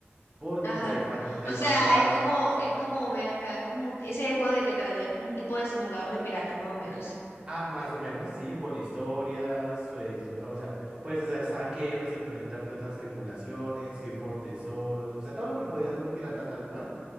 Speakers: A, on the right; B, on the left.
A: Porque
B: Ajá.
A: pues hay, fan- hay
B: O sea,
A: fantasmas.
B: es como, es como, me acá, es como un- ese juego de que trata, es como un tipo de simulador de piratas, más o menos.
A: Ah, más o menos, sí, con historias, pues, o sea, puedes hacer saqueos, enfrentarte a otras tripulaciones, ir por tesoros, o sea, todo lo que podía hacer un pirata tal cual,